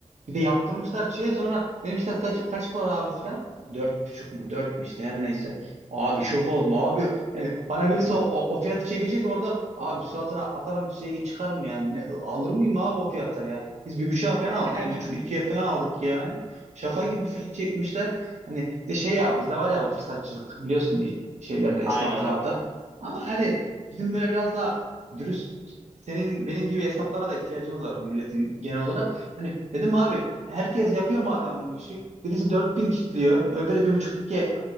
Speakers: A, on the right; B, on the right.
A: bir de yaptırmışlar şeye sonra demişler kaç kaç para abi falan. Dört buçuk mu? Dört mü işte her neyse. Abi şok oldum abi. Hani bana birisi o, o, o fiyatı çekecek orada. Abi suratına atarım çiçeği çıkarım yani. Ne, alır mıyım abi o fiyata ya? Biz bir buçuğa falan aldık.
B: <laughs>
A: Bir buçuk ikiye falan aldık yani. Şaka gibi fiyat çekmişler. Hani bir de şey ya bizde var ya bu fırsatçılık biliyorsun şeylerde esnaflarda.
B: Aynen aynen.
A: Ama hani bizim böyle biraz daha dürüst senin benim gibi esnaflara da ihtiyacımız var bu milletin genel olarak. Hani dedim abi herkes yapıyor madem bu işi. Birisi 4000 kitliyor. Öbürü 1,5-2